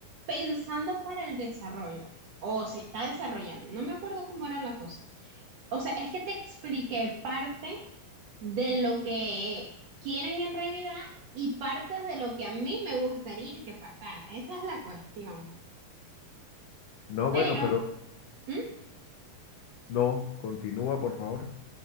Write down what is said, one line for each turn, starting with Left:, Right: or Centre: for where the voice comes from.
Right: pensando para el desarrollo o se está desarrollando. No me acuerdo cómo era la cosa. O sea, es que te expliqué parte de lo que quieren en realidad y parte de lo que a mí me gustaría que pasara. Esa es la cuestión.
Left: No,
Right: Pero,
Left: bueno, pero
Right: ¿Mm?
Left: no, continúa, por favor.